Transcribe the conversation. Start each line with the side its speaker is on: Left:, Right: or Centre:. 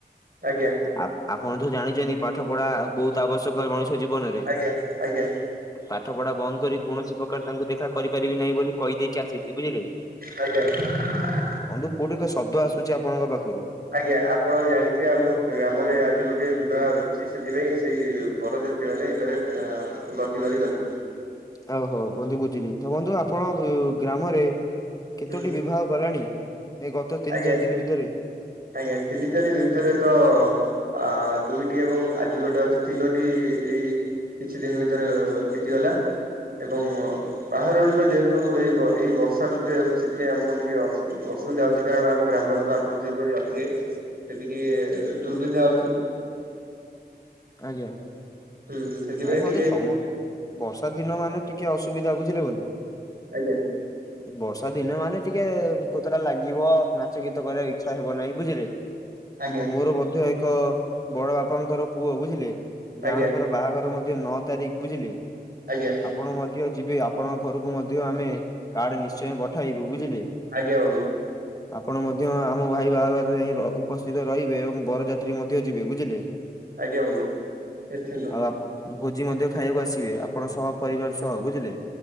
Right: ଆଜ୍ଞା
Left: ଆ ଆପଣ ତ ଜାଣିଛନ୍ତି ପାଠ ପଢା ବହୁତ ଆବଶ୍ୟକ ମଣିଷ ଜୀବନରେ
Right: ଆଜ୍ଞା ଆଜ୍ଞା
Left: ପାଠ ପଢା ବନ୍ଦ କରି କୌଣସି ପ୍ରକାର ତାଙ୍କୁ ଦେଖା କରିପାରିବି ନାହିଁ ବୋଲି କହିଦେଇକି ଆସିଛି ବୁଝିଲେ
Right: ଆଜ୍ଞା
Left: ବନ୍ଧୁ କୋଉଠି କ ଶବ୍ଦ ଆସୁଛି ଆପଣଙ୍କ ପାଖରୁ
Right: ଆଜ୍ଞା ଆପଣ ଜାଣିଛେ ଆମ ଗ୍ରାମରେ ଆଜି ଗୋଟେ ବିବାହ ଅଛି ସେଥିପାଇଁ ସେଇ ପରଜାତ ସେମାନେ ଏଇ ଅ ଗତି କରି ଗଲେ
Left: ଓଉ ହଉ ବନ୍ଧୁ ବୁଝିଲି ତ ବନ୍ଧୁ ଆପଣ ଗ୍ରାମରେ କେତୋଟି
Right: ହୁଁ।
Left: ବିବାହ ଗଲାଣି ଏ ଗତ ତିନି
Right: ଆଜ୍ଞା
Left: ଚାରି ଦିନ ଭିତରେ
Right: ଆଜ୍ଞା ତିନି ଚାନି ଭିତରେ ତ ଆ ଦୁଇଟି ଏବଂ ଆଜି ଗୋଟେ ଅଛି ତିନୋଟି ଏଇ କିଛି ଦିନ ଭିତରେ ବିତିଗଲା ଏବଂ ବାହାର ଗୁଡିକ ଯେହେତୁ ଏଇ ବର୍ଷା ଋତୁରେ ହେଉଛି ସେଥିପାଇଁ ଆମକୁ ଟିକେ ଅସୁବିଧା ହଉଛି କାରଣ ଆମ ଗ୍ରାମର ଆପଣ ଯେପ ଯାଉଥେ ସେଠି ଟିକେ ଦୁର୍ବିଧା ହଉଛି
Left: ଆଜ୍ଞା
Right: ହୁଁ ସେଥିପାଇଁ
Left: ଭାଇ ଭଲ
Right: ଟିକେ
Left: ତୁ ସମ ବର୍ଷା ଦିନ ମାନେ ଟିକେ ଅସୁବିଧା ବୁଝିଲେୁନ୍ତୁ
Right: ଆଜ୍ଞା
Left: ବର୍ଷା ଦିନେ ମାନେ ଟିକେ କେତେଟା ଲାଗିବ ନାଚ ଗୀତ କରିବା ଇଚ୍ଛା ହେବ ନାହିଁ ବୁଝିଲେ
Right: ଆଜ୍ଞା
Left: ମୋର ମଧ୍ୟ ବଡ ବାପାଙ୍କର ପୁଅ ବୁଝିଲେ ଯାହାଙ୍କର
Right: ଆଜ୍ଞା
Left: ବାହାଘର ମଧ୍ୟ ନଅ ତାରିଖ ବୁଝିଲେ
Right: ଆଜ୍ଞା
Left: ଆପଣ ମଧ୍ୟ ଯିବେ ଆପଣଙ୍କ ଘରକୁ ମଧ୍ୟ ଆମେ କାର୍ଡ ନିଶ୍ଚୟ ପଠେଇବୁ ବୁଝିଲେ
Right: ଆଜେ ବନ୍ତ
Left: ହଁ ଆପଣ ମଧ୍ୟ ଆମ ଭାଇ ବାହାଘରରେ ଯାଇ ଉପସ୍ଥିତ ରହିବେ ଏବଂ ବରଯାତ୍ରୀ ମଧ୍ୟ ଯିବେ ବୁଝିଲେ
Right: ଆଜ୍ଞା ହନ୍ତ ନିଶ୍ଚିନ୍ତ
Left: ଆଉ ଭୋଜି ମଧ୍ୟ ଖାଇବାକୁ ଆସିବେ ଆପଣ ସହ ପରିବାର ସହ ବୁଝିଲେ